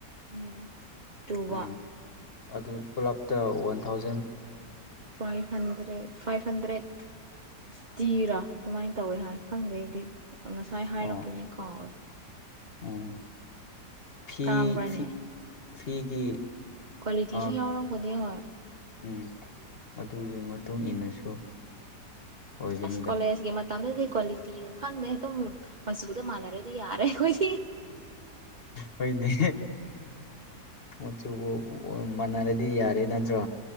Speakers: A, on the right; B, on the left.
A: ꯎꯝ ꯇꯨꯕ
B: ꯎꯝ ꯑꯗꯨ ꯄꯨꯂꯞꯇ one thousand
A: five hundred five hundred ꯇꯤꯔꯥ ꯑꯗꯨꯃꯥꯏ ꯇꯧꯋꯦ ꯍꯥꯏ ꯈꯪꯗꯦ ꯑꯩꯗꯤ ꯉꯁꯥꯏ ꯍꯥꯏꯔꯛꯄꯅꯦ
B: ꯑꯣ
A: ꯀꯥꯎꯔꯦ
B: ꯎꯝ ꯐꯤ
A: ꯇꯥꯡꯕ꯭ꯔꯅꯦ
B: ꯐꯤ ꯐꯤꯒꯤ
A: ꯀ꯭ꯋꯥꯂꯤꯇꯤꯁꯨ
B: ꯑꯥ
A: ꯌꯥꯎꯔꯝꯒꯅꯤ ꯍꯣꯏ
B: ꯎꯝ ꯑꯗꯨꯒꯤ ꯃꯇꯨꯡ ꯏꯟꯅꯁꯨ ꯑꯣꯏꯒꯅꯤꯗ
A: ꯑꯁ ꯀꯣꯂꯦꯖꯀꯤ ꯃꯇꯝꯗꯗꯤ ꯀ꯭ꯋꯥꯂꯤꯇꯤꯒ ꯈꯪꯗꯦ ꯑꯗꯨꯝ ꯃꯆꯨꯗ ꯃꯥꯟꯅꯔꯗꯤ ꯌꯥꯔꯦ ꯈꯣꯏꯗꯤ
B: ꯍꯣꯏꯅꯦ ꯃꯆꯨꯕꯨ ꯃꯥꯟꯅꯔꯗꯤ ꯌꯥꯔꯦ ꯅꯠꯇ꯭ꯔꯣ